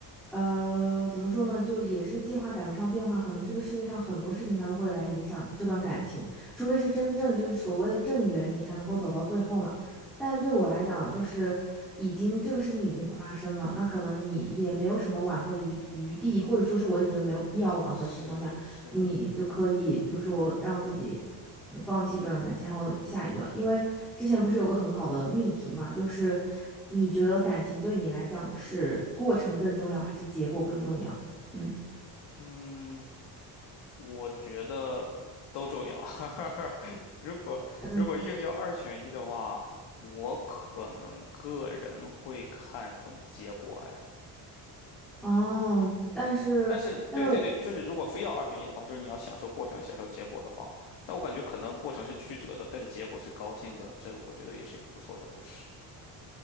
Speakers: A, in the centre; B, on the left.
A: 呃，怎么说呢？就也是计划赶不上变化，可能这个世界上很多事情它都会来影响这段感情，除非是真正就是所谓的正缘，你才能够走到最后嘛。但对我来讲，就是已经这个事情已经发生了，那可能你也没有什么挽回的余余地，或者说是我也觉得没有必要挽回的情况下，
B: 是是的，
A: 你就可以比如说让自己放弃这段感情，然后下一段。因为之前不是有个很好的命题嘛，就是你觉得感情对你来讲是过程更重要还是结果更重要？嗯
B: 嗯，我觉得都重要。<laughs> 如果如果硬要二选一的话，
A: 嗯
B: 我可能个人会看重结果哎。
A: 哦，但是但是我
B: 但是，对对对，就是如果非要二选一的话，就是你要享受过程，享受结果的话，但我感觉可能过程是曲折的，但是结果是高兴的，这我觉得也是一个不错的故事。